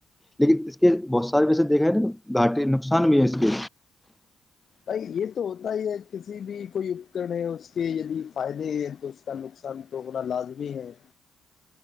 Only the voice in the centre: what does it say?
لیکن اس کے بہت سارے ویسے دیکھا ہے نہ گھاٹے نقصان بھی ہے اس کے